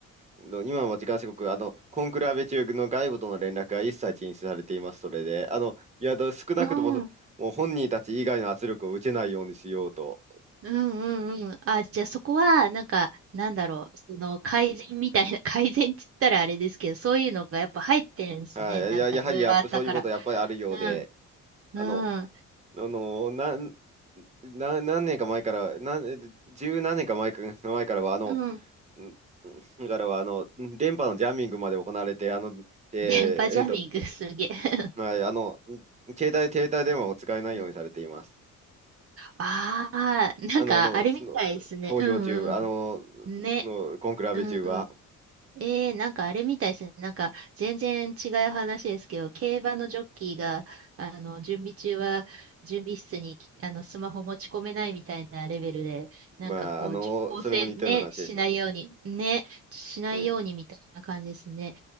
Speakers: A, on the right (about 20°); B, on the right (about 50°).
A: の今は時間すごく、あの、コンクラベ中の外部との連絡が一切禁止されています、それで。あの、いや、だ少なくとも、
B: うん、
A: もう本人たち以外の圧力を受けないようにしようと。
B: うん、うん。あ、じゃあそこは、なんか、なんだろう、その改善みたいな、<laughs> 改善って言ったらあれですけど、そういうのがやっぱ入ってるんですね。
A: はい、
B: なんかいろいろあったから。
A: いや、やはりやっぱ、そういうことやっぱりあるようで、
B: うん、うん、
A: あの、あの、なん、な、何年か前から、なん、十何年か前か、前からは、あの、
B: うん、
A: んんからは、あの、電波のジャミングまで行われて、あの、で、
B: 電波ジャミングすげえ。
A: えっと、
B: <laughs>
A: はい、あの、携帯、携帯電話を使えないようにされています。
B: うん。ああ、なんかあれみたいですね。
A: あの、の、その、投票中、
B: うんう
A: あの、
B: ん。ね。
A: の、コンクラベ中は、
B: うんうん。えー、なんかあれみたいですね。なんか全然違う話ですけど、競馬のジョッキーが、あの、準備中は準備室にあのスマホ持ち込めないみたいなレベルで、
A: まあ、
B: なんかこう、
A: あの、
B: 情報戦ね、
A: それも似たような話ですよね。
B: しないように、ね、しないようにみたいな感じですね。
A: はい、